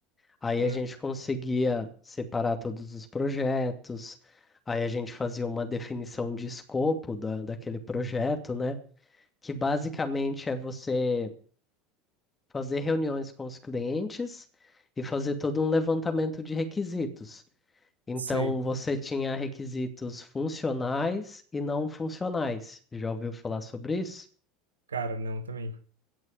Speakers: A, on the left; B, on the right.
A: aí a
B: ah,
A: gente conseguia separar todos os projetos, aí a gente fazia uma definição de escopo da, daquele projeto, né? que basicamente
B: uhum.
A: é você fazer reuniões com os clientes e fazer todo um levantamento de requisitos. Então,
B: Sei.
A: você tinha requisitos funcionais e não funcionais. Já ouviu falar sobre isso?
B: Cara, não, também.